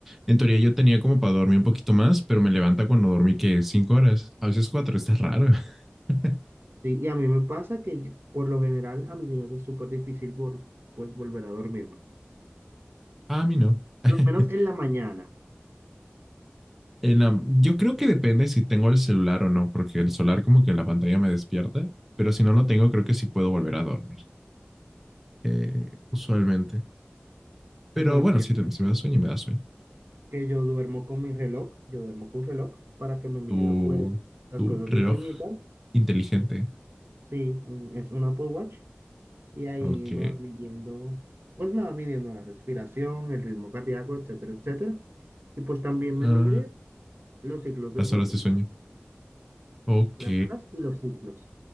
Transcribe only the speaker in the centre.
En teoría yo tenía como para dormir un poquito más, pero me levanta cuando dormí que cinco horas, a veces cuatro, está raro. <laughs>
A mí no. <laughs>
En la- yo creo que depende si tengo el celular o no, porque el celular como que la pantalla me despierta, pero si no lo tengo, creo que sí puedo volver a dormir, eh, usualmente. Pero
bueno,
si, te- si me da sueño, me da sueño.
Tu,
tu
reloj
inteligente.
Ok.
Ah,
las
horas de sueño. Ok.